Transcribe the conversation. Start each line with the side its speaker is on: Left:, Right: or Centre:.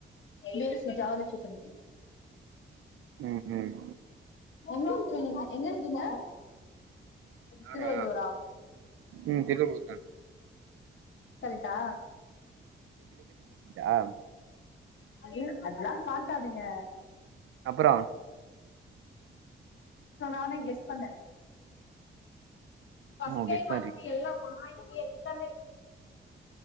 Left: பி எஸ் சி ஜூவாலஜி படிக்கற
Right: ம் ம்
Left: ஒண்ணா இருக்கீங்க எங்க இருக்கீங்க
Right: நானா
Left: திருவள்ளூரா
Right: ம் திருவள்ளூர் தான்
Left: கரெட்டா
Right: ஆ
Left: அது அதல்லா காட்டாதுங்க
Right: அப்றம்
Left: சோ நானே கெஸ் பண்ணே ஸ்டெப்லா
Right: ஓ கெஸ் பண்றீங்க
Left: போயிருக்கீங்களா